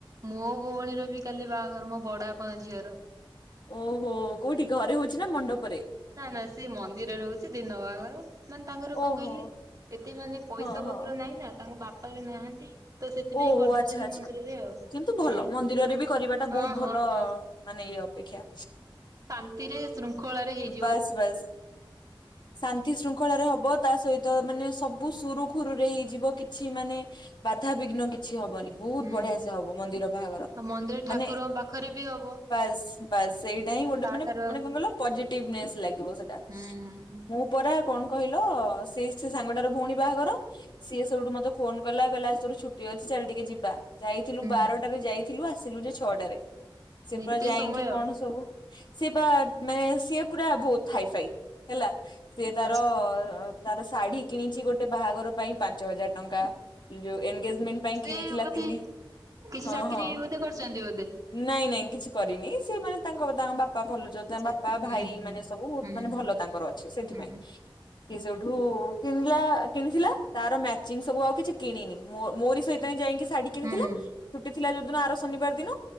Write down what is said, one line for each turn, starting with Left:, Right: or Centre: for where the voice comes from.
Right: ମୋ ଭଉଣୀର ବି କାଲି ବାହାଘର ମୋ ବଡ ବାପାଙ୍କ ଝିଅର।
Left: ଓହୋ କୋଉଠି ଘରେ ହଉଛି ନା ମଣ୍ଡପରେ?
Right: ନା ନା ସେ ମନ୍ଦିରରେ ହହୁଛି ଦିନ ବାଘର। ମାନେ ତାଙ୍କର
Left: ଓହୋ
Right: କଣ କହିଲେ, ଏତେ ମାନେ ପଇସା
Left: ହଁ ହଁ
Right: ପତ୍ର ନାହିଁ ନା ତାଙ୍କ ବାପା ବି ନାହାନ୍ତି। ତ ସେଥିପାଇଁ
Left: ଓହୋ
Right: କରିଦଉଛନ୍ତି
Left: ଆଚ୍ଛା ଆଛା
Right: ମନ୍ଦିରରେ ଆଉ।
Left: କିନ୍ତୁ ଭଲ,
Right: ହୁଁ
Left: ମନ୍ଦିରରେ ବି କରିବାଟା
Right: ହଁ
Left: ବହୁତ ଭଲ
Right: ହଁ
Left: ମାନେ
Right: ହଁ।
Left: ଇଏ ଅପେକ୍ଷା।
Right: ରାତିରେ ଶୃଙ୍ଖଳାରେ ହେଇଛି।
Left: ବାସ୍ ବାସ୍ ଶାନ୍ତି ଶୃଙ୍ଖଳା ହବ ତା ସହିତ ମାନେ ସବୁ ସୁରୁଖୁରୁରେ ହେଇଯିବ, କିଛି ମାନେ ବାଧାବିଘ୍ନ କିଛି ହବନି ବହୁତ
Right: ହୁଁ।
Left: ବଢିଆ ସେ ହବ ମନ୍ଦିର ବାହାଘର।
Right: ଆଉ ମନ୍ଦିର ଠାକୁରଙ୍କ
Left: ମାନେ
Right: ପାଖରେ ବି ହବ
Left: ବାସ୍ ବାସ୍ ସେଇଟା ହିଁ
Right: ତ
Left: ଗୋଟେ
Right: ତାଠାରୁ
Left: ମାନେ ମାନେ
Right: ଆଉ
Left: କଣ କହିଲ ସେଟା
Right: ହୁଁ
Left: ମୁଁ ପରା କଣ କହିଲ ସେଇ ସେ ସାଙ୍ଗଟାର ଭଉଣୀ ବାହାଘର ସିଏ ସବୁଠୁ ମତେ ଫୋନ କଲା ଲା ଛୁଟି ଅଛି ଚାଲେ ଟିକେ ଯିବା ଯାଇଥିଲୁ
Right: ହୁଁ।
Left: ବାରଟାରେ ଯାଇ ଥିଲୁ ଆସିଲୁ ଯେ ଛଅଟାରେ। ସେପରା
Right: ନୀତି
Left: ଯାଇକି
Right: ସମୟ
Left: କଣ ସବୁ ସେ, ବା ମାନେ ସିଏ ପୁରା ବହୁତ ହାଇ ଫାଇ ହେଲା। ସେ ତାର
Right: ଆଚ୍ଛା
Left: ତାର ଶାଢୀ କିଣିଛି ଗୋଟେ ବାହାଘର ପାଇଁ ପାଞ୍ଚ ହଜାର ଟଙ୍କା ଯୋଉ ଏନ୍ ଏନଗେଜମେଣ୍ଟ ପାଇଁ
Right: ସେ
Left: କିଣିଥିଲା
Right: ବୋଧେ
Left: ତିନି
Right: କିଛି
Left: ହଁ
Right: ଚାକିରି
Left: ହଁ
Right: ବୋଧେ କରିଛନ୍ତି ବୋଧେ।
Left: ନାଇଁ ନାଇଁ କିଛି। କରିନି ସେମାନୋନେ ତାଙ୍କ ତାଙ୍କ ବାପା ଭଲ। ତାଙ୍କ
Right: ଆଚ୍ଛା
Left: ବାପା
Right: ହୁଁ
Left: ଭାଇ
Right: ହୁଁ ହୁଁ
Left: ମାନେ ସବୁ
Right: ହୁଁ
Left: ମାନେ ଭଲ ତାଙ୍କର ଅଛି ସେଥିପାଇଁ।
Right: ହୁଁ ହୁଁ
Left: ସି ସୋଠୁ କିିଲା କିଣିଥିଲା ତାର ମ୍ୟାଚିଂ ସବୁ ଆଉ କିଛି କିଣିନି ମୋରି ସହିତ ଯାଇକି ଶାଢୀ କିଣିଥିଲା
Right: ହୁଁ
Left: ଛୁଟି ଥିଲା ଯୋଉଦିନ ଆର ଶନିବାର ଦିନ